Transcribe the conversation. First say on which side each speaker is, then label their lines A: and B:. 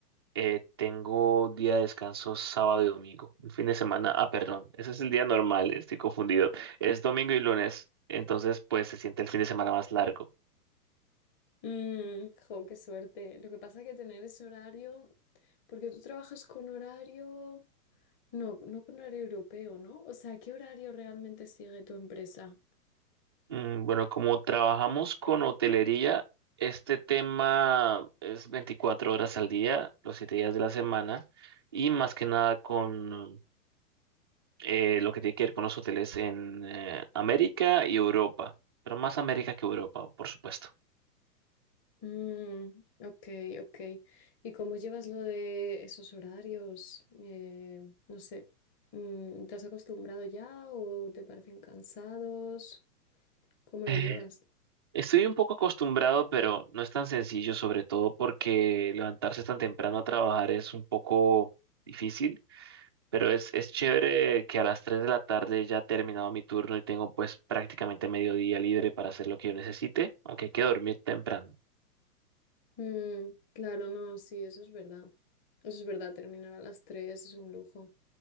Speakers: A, on the right; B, on the left.
A: eh, tengo día de descanso sábado y domingo. Un fin de semana, ah, perdón, ese es el día normal, estoy confundido. Es domingo y lunes, entonces pues se siente el fin de semana más largo.
B: Mm, jo, qué suerte. Lo que pasa es que tener ese horario, porque tú trabajas con horario, no, no con horario europeo, ¿no? O sea, ¿qué horario realmente sigue tu empresa?
A: Mm, bueno, como trabajamos con hotelería, este tema es 24 horas al día, los 7 días de la semana, y más que nada con eh, lo que tiene que ver con los hoteles en eh, América y Europa, pero más América que Europa, por supuesto.
B: Mm, ok, ok. ¿Y cómo llevas lo de esos horarios? Eh, no sé, mm, ¿te has acostumbrado ya o te parecen cansados? ¿Cómo
A: Eh,
B: lo llevas?
A: Estoy un poco acostumbrado, pero no es tan sencillo, sobre todo porque levantarse tan temprano a trabajar es un poco difícil, pero es, es chévere que a las 3 de la tarde ya he terminado mi turno y tengo pues prácticamente mediodía libre para hacer lo que yo necesite, aunque hay que dormir temprano.
B: Mm, claro, no, sí, eso es verdad. Eso es verdad, terminar a las 3 es un lujo.